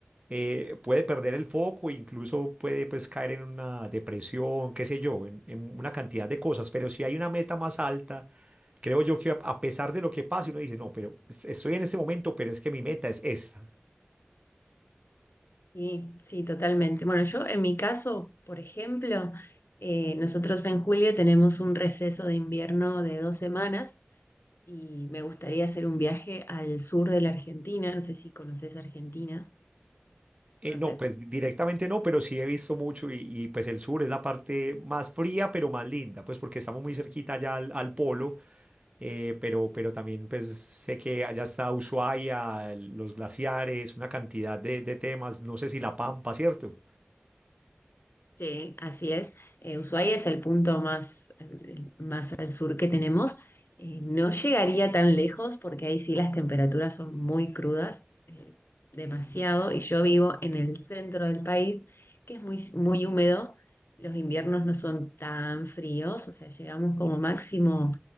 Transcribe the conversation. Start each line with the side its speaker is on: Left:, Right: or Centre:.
Right: eh, puede perder el foco e incluso puede pues caer en una depresión, qué sé yo, en, en una cantidad de cosas. Pero si hay una meta más alta, creo yo que a a pesar de lo que pase, uno dice, no, pero es- estoy en este momento, pero es que mi meta es esta.
Left: Sí, sí, totalmente. Bueno, yo en mi caso, por ejemplo, eh, nosotros en julio tenemos un receso de invierno de dos semanas y me gustaría hacer un viaje al sur de la Argentina. No sé si conoces Argentina.
Right: Eh,
Left: ¿Conoces?
Right: no, pues directamente no, pero sí he visto mucho y, y, pues el sur es la parte más fría, pero más linda, pues porque estamos muy cerquita ya al, al polo eh, pero, pero también pues sé que allá está Ushuaia, el- los glaciares, una cantidad de, de temas, no sé si La Pampa, ¿cierto?
Left: Sí, así es. Eh, Ushuaia es el punto más, el- más al sur que tenemos. Eh, no llegaría tan lejos porque ahí sí las temperaturas son muy crudas, eh, demasiado, y yo vivo en el centro del país, que es muy, muy húmedo. Los inviernos no son tan fríos, o sea, llegamos como máximo